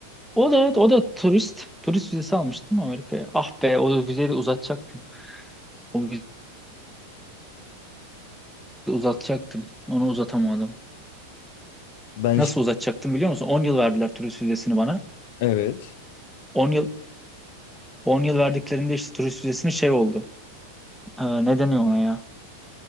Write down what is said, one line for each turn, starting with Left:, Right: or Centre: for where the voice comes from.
Centre: o da o da turist. Turist vizesi almıştım Amerika'ya. Ah be o vizeyi de uzatacaktım. O vizeyi de uzatacaktım. Onu uzatamadım.
Left: Ben
Centre: Nasıl
Left: işte
Centre: uzatacaktım biliyor musun? 10 yıl verdiler turist vizesini bana.
Left: evet.
Centre: 10 yıl 10 yıl verdiklerinde işte turist vizesini şey oldu. Ee, ne deniyor ona ya?